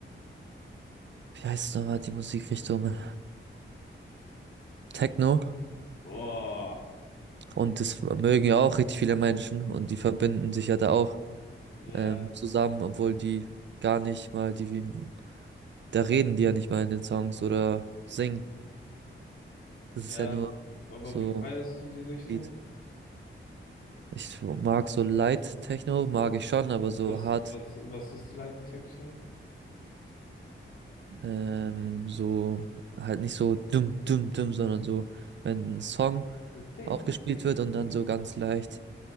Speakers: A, on the right; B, on the left.
A: wie heißt es nochmal, die Musikrichtung? Techno.
B: Mhm. boah,
A: Und das mögen ja auch richtig viele Menschen und die verbinden sich ja da auch.
B: ja,
A: ähm, zusammen, obwohl die gar nicht mal die, wie, da reden die ja nicht mal in den Songs oder singen. Das
B: ja,
A: ist ja nur
B: aber
A: so
B: wie feierst du die Richtung?
A: Beat. Ich mag so Light Techno, mag ich schon, aber so
B: Was,
A: hart,
B: was, was ist die Leittechno?
A: ähm, so halt nicht so dumm, dumm, dumm, sondern so, wenn ein Song
B: Damn,
A: aufgespielt
B: damn,
A: wird und dann
B: damn.
A: so ganz leicht